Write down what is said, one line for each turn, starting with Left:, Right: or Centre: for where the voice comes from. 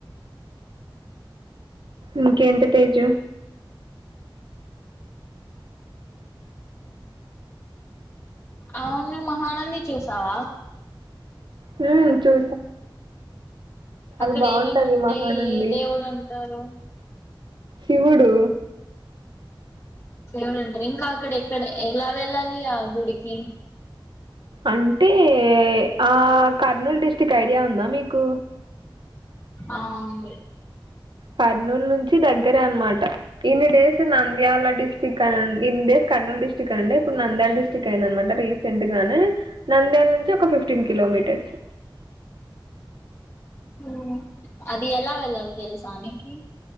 Right: ఇంకెంత పేజు
Left: అవును మహానంది చూసావా
Right: హ్మ చు
Left: అక్కడ
Right: బాగుంటది
Left: ఏమేమి ఉంటాయి
Right: మహానంది
Left: దేవుడు ఉంటారు
Right: శివుడు
Left: ఫేవరెట్ ఇంకా అక్కడ ఎక్కడ ఎలా వెళ్ళాలి ఆ గుడికి
Right: అంటే ఆ కర్నూలు డిస్ట్రిక్ట్ ఐడియా ఉందా మీకు
Left: ఆ ఉంది
Right: కర్నూలు నుంచి దగ్గరే అనమాట ఇన్ని డేస్ నంద్యాల డిస్టిక్ అని ఉం ఇన్ డేస్ కర్నూలు డిస్టిక్ అండీ ఇప్పుడు నంద్యాల్ డిస్టిక్ అయిందనమాట రి రీసెంట్గానే నంద్యాల నుంచి ఒక ఫిఫ్టీన్ కిలోమీటర్స్
Left: ఉమ్ అది ఎలా వెళ్ళాలి తెలుసా మీకీ